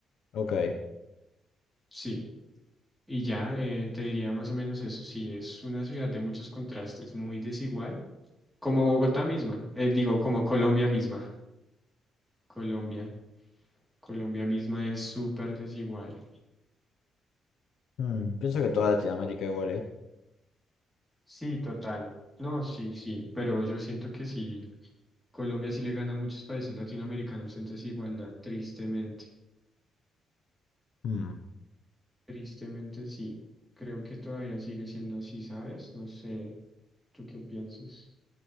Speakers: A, on the left; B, in the centre.
A: ok.
B: Sí. Y ya eh, te diría más o menos eso, sí, es una ciudad de muchos contrastes, muy desigual, como Bogotá misma, eh, digo, como Colombia misma. Colombia, Colombia misma es súper desigual.
A: Mm, pienso que toda Latinoamérica igual, ¿eh?
B: Sí, total. No, sí, sí, pero yo siento que sí, Colombia sí le gana a muchos países latinoamericanos en desigualdad, tristemente.
A: Mm.
B: Tristemente sí. Creo que todavía sigue siendo así, ¿sabes? No sé, ¿tú qué piensas?